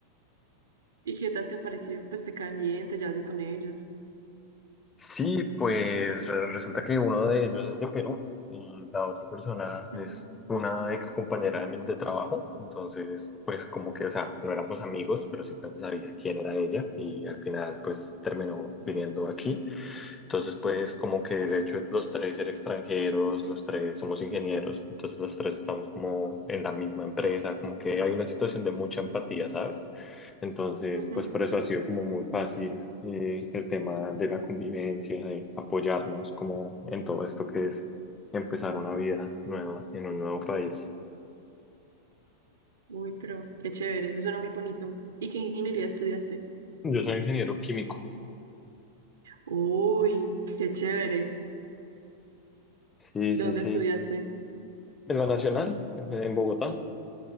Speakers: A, on the right; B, on the left.
A: ¿Y qué tal te ha parecido? Pues te caen bien, te llevas bien con ellos.
B: Sí, pues re- resulta que uno de ellos es de Perú y la otra persona
A: Ujú,
B: es una ex compañera de, mi- de trabajo. Entonces, pues como que, o sea, no éramos amigos, pero simplemente sabía quién era ella y al final, pues terminó viniendo aquí. Entonces, pues como que el hecho de los tres ser extranjeros, los tres somos ingenieros, entonces los tres estamos como en la misma empresa, como que hay una situación de mucha empatía, ¿sabes? Entonces,
A: ujú.
B: pues por eso ha sido como muy fácil eh, el tema de la convivencia, de apoyarnos como en todo esto que es empezar una vida nueva en un nuevo país.
A: Uy, pero qué chévere, eso suena muy bonito. ¿Y qué ingeniería estudiaste?
B: Yo soy ingeniero químico.
A: Uy, qué chévere.
B: Sí,
A: ¿Dónde
B: sí, sí.
A: estudiaste?
B: En la Nacional, en en Bogotá.